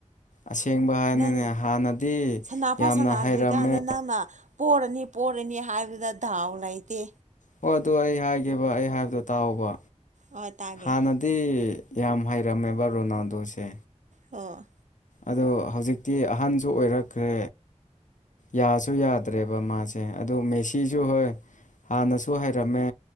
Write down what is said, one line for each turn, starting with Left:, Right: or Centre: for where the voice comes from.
Left: ꯑꯁꯦꯡꯕ ꯍꯥꯏꯅꯅꯦ
Right: ꯅꯪ
Left: ꯍꯥꯟꯅꯗꯤ
Right: ꯁꯅꯥ ꯐ
Left: ꯌꯥꯝꯅ
Right: ꯁꯅꯗ꯭ꯔꯤꯀꯥꯟꯗ
Left: ꯍꯩꯔꯝꯃꯦ
Right: ꯅꯪꯅ ꯄꯣꯔꯅꯤ ꯄꯣꯔꯅꯤ ꯍꯥꯏꯕꯗ ꯗꯥꯥꯎ ꯂꯩꯇꯦ
Left: ꯑꯣ ꯑꯗꯨ ꯑꯩ ꯍꯥꯏꯒꯦꯕ ꯑꯩ ꯍꯥꯏꯕꯗꯣ ꯇꯥꯎꯕ
Right: ꯑꯣ ꯇꯥꯒꯦ
Left: ꯍꯥꯟꯅꯗꯤ ꯌꯥꯝ ꯍꯩꯔꯝꯃꯦꯕ ꯔꯣꯅꯥꯜꯗꯣꯁꯦ
Right: ꯑꯣ
Left: ꯑꯗꯣ ꯍꯧꯖꯤꯛꯇꯤ ꯑꯍꯟꯁꯨ ꯑꯣꯏꯔꯛꯈ꯭ꯔꯦ ꯌꯥꯁꯨ ꯌꯥꯗ꯭ꯔꯦꯕ ꯃꯥꯁꯦ ꯑꯗꯨ ꯃꯦꯁꯤꯁꯨ ꯍꯣꯏ ꯍꯥꯟꯅꯁꯨ ꯍꯩꯔꯝꯃꯦ